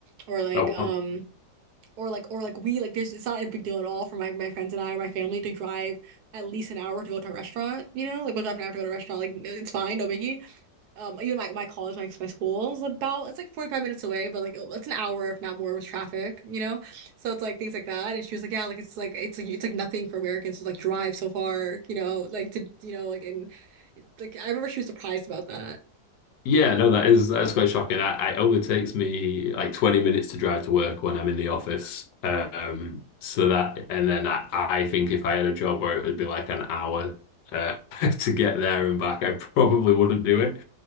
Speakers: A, on the right (about 70°); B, on the left (about 75°).
A: or like
B: Oh,
A: um or like or like we like there's it's not a big deal at all for my my friends and I, or my family to drive at least an hour to go to a restaurant. You know, like we'll drive an hour to go to a restaurant. Like it's fine, no biggie um even my, my college my, my school is about it's like 45 minutes away but like it's an hour if not more with traffic you know so it's like things like that and she was like yeah like it's like it's like it's like nothing for Americans to like drive so far you know like to you know like and like I remember she was surprised about that
B: Yeah, no, that is that is quite shocking. I, I only takes me like 20 minutes to drive to work when I'm in the office. Um, so that and then I, I think if I had a job where it would be like an hour uh, <laughs> to get there and back, I probably wouldn't do it.